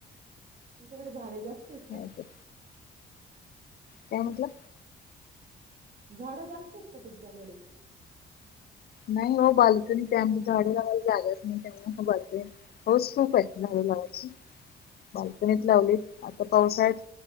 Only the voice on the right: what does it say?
तुमच्याकडे झाडे जास्त आहेत
का?
झाडं जास्त आहेत का तुमच्याकडे?